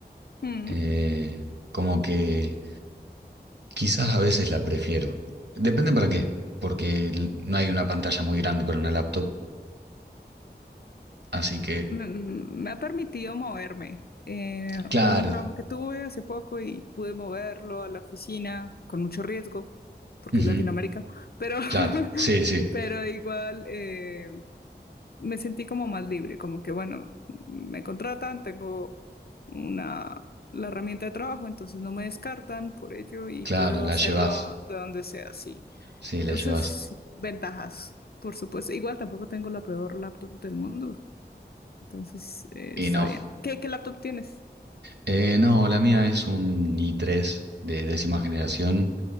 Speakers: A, on the left; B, on the right.
A: Mm.
B: eh, como que quizás a veces la prefiero. Depende para qué, porque l- no hay una pantalla muy grande para una laptop. Así que,
A: Me, me ha permitido moverme. Eh,
B: claro,
A: hubo un trabajo que tuve hace poco y pude moverlo a la oficina con mucho riesgo, porque
B: ujú,
A: es Latinoamérica, pero, <laughs>
B: claro, sí, sí,
A: pero igual. eh, me sentí como más libre, como que bueno, me contratan, tengo una, la herramienta de trabajo, entonces no me descartan por ello y
B: claro,
A: puedo
B: la
A: hacerlo
B: llevas.
A: de donde sea, sí.
B: Sí,
A: Entonces,
B: la llevas.
A: sí, ventajas, por supuesto. Igual tampoco tengo la peor laptop del mundo, entonces eh,
B: Y
A: está
B: no.
A: bien. ¿Qué, qué laptop tienes?
B: Eh, no, la mía es un i3 de décima generación.